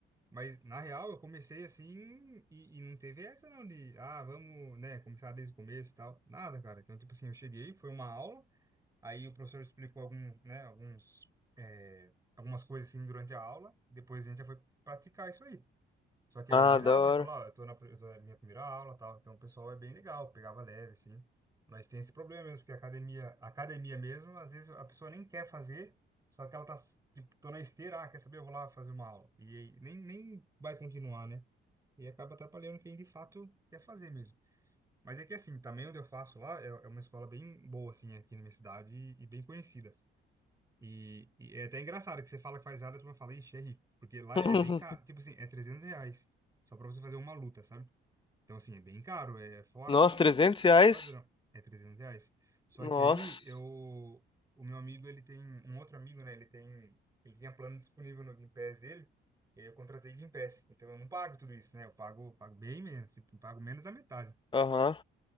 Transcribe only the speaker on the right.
Mas, na real, eu comecei assim e, e não teve essa não de, ah, vamos, né, começar desde o começo e tal. Nada, cara. Então, tipo assim, eu cheguei, foi uma aula, aí o professor explicou algum, né, alguns, é, algumas coisas assim durante a aula, depois a gente já foi praticar isso aí. Só que
aí eu avisava,
né? Falava, ó, eu tô na, pri- eu tô na minha primeira aula, tal. Então o pessoal é bem legal, pegava leve, assim. Mas tem esse problema mesmo, porque a academia, a academia mesmo, às vezes a pessoa nem quer fazer, só que ela tá, tipo, tô na esteira, ah, quer saber? Eu vou lá fazer uma aula. E aí nem, nem vai continuar, né? E acaba atrapalhando quem de fato quer fazer mesmo. Mas é que assim, também onde eu faço lá é, é uma escola bem boa, assim, aqui na minha cidade e, e bem conhecida. E, e é até engraçado que você fala que faz área, tu turma fala, ixi, é rico. Porque lá
é bem caro. Tipo assim, é 300 reais. Só pra você fazer uma luta, sabe? Então, assim, é bem caro. É fora,
assim,
do, do,
do padrão. É 300 reais. Só
que aí, eu... O meu amigo, ele tem... Um outro amigo, né? Ele tem... Ele tinha plano disponível no Game Pass dele. E aí eu contratei Game Pass. Então, eu não pago tudo isso, né? Eu pago, pago bem menos. Tipo, eu pago menos da metade.